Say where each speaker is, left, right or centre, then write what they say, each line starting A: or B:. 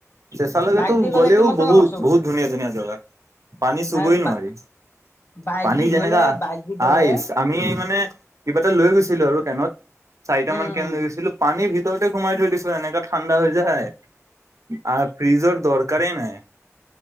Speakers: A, on the right; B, on the left.
A: চেচালৈকেতো
B: বাইক দি গ'লে
A: গ'লেও
B: কিমান টকা
A: বহুত।
B: খৰচ কৰিলো
A: বহুত ধুনীয়া ধুনীয়া জেগা। পানী চুবই
B: নাই
A: নোৱাৰি
B: বা- বাইক
A: পানী
B: দি
A: যেনেকা
B: গ'লে বাইক দি গ'লে
A: আইচ। আমি মানে কিবা এটা লৈ গৈছিলো আৰু কেনত চাৰিটা
B: উম
A: মান কেন লৈ গৈছিলো। পানীৰ ভিতৰতে সোমাই থৈ দিছিলো। <unintelligible> এনেকা ঠাণ্ডা হৈ যায় আৰু ফ্ৰিজৰ দৰকাৰেই নাই।